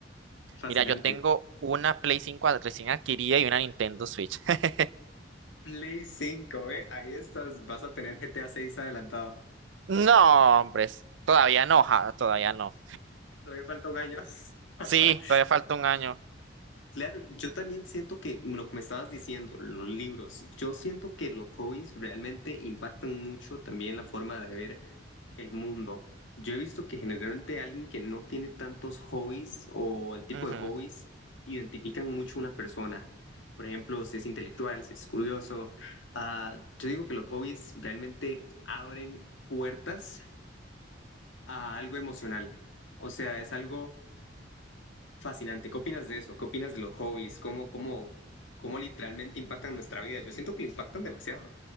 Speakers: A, on the left (about 85°); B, on the right (about 75°).
A: fascinante.
B: Mira, yo tengo una Play 5 recién adquirida y una Nintendo Switch. <laughs>
A: Play 5, ¿eh? Ahí estás, vas a tener GTA 6 adelantado.
B: No, hombres, todavía no, ja, todavía no.
A: Todavía falta un año. <laughs>
B: Sí, todavía falta un año.
A: Claro, yo también siento que lo que me estabas diciendo, los libros, yo siento que los hobbies realmente impactan mucho también la forma de ver el mundo. Yo he visto que generalmente alguien que no tiene tantos hobbies o el tipo
B: Ujú.
A: de hobbies identifican mucho a una persona. Por ejemplo, si es intelectual, si es curioso. Ah, yo digo que los hobbies realmente abren puertas a algo emocional. O sea, es algo fascinante. ¿Qué opinas de eso? ¿Qué opinas de los hobbies? ¿Cómo, cómo, cómo literalmente impactan nuestra vida? Yo siento que impactan demasiado.